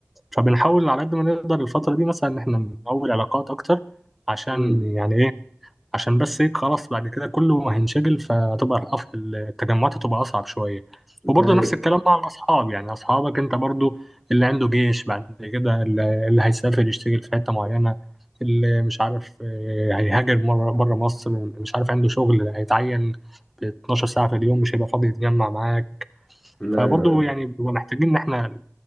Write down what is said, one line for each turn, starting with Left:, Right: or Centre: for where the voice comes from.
Centre: فبنحاول على قد ما نقدر الفتره دي مثلا ان احنا نقوي العلاقات اكتر عشان
Left: امم
Centre: يعني ايه عشان بس هيك خلاص بعد كده كله هينشغل فهتبقى الأف- التجمعات هتبقى أصعب شوية
Left: لا
Centre: وبرضه نفس الكلام مع الأصحاب يعني أصحابك أنت برضه اللي عنده جيش بعد كده اللي اللي هيسافر يشتغل في حتة معينة اللي مش عارف آه، هيهاجر مرة بره مصر مش عارف عنده شغل هيتعين ب 12 ساعة في اليوم مش هيبقى فاضي يتجمع معاك
Left: لا
Centre: فبرضه يعني بنبقى محتاجين ان احنا